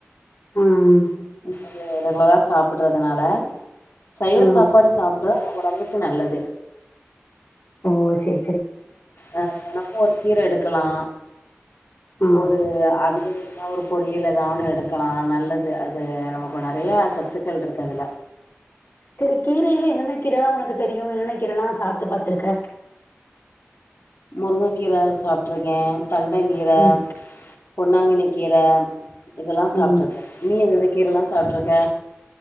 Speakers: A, on the left (about 65°); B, on the left (about 85°).
A: ம்
B: <inaudible> அது ரெகுலரா சாப்பட்றதுனால சைவ
A: ஆ.
B: சாப்பாடு சாப்புட்டா நம்ம ஒடம்புக்கு நல்லது
A: ஓ செரி
B: அ தெனமு ஒரு கீர எடுக்கலா
A: ஆ.
B: ஒரு அவி யல் இல்லனா ஒரு பொரியல் எதா ஒன்னு எடுக்கலா நல்லது அது நமக்கு நெறைய சத்துக்கள்ருக்கு அதுல
A: செரி கீரைலே என்னென்ன கீரைலா உனக்கு தெரியு என்னென்ன கீரல்லா சாப்ட்டு பாத்துருக்க
B: முருங்கக்கீர சாப்ட்ருக்கே தண்டங் கீர,
A: ம்,
B: பொன்னாங்கண்ணி கீர இதுல்லா சாப்ட்ருக்க
A: ம்.
B: நீ எந்தெந்த கீரல்லா சாப்ட்ருக்க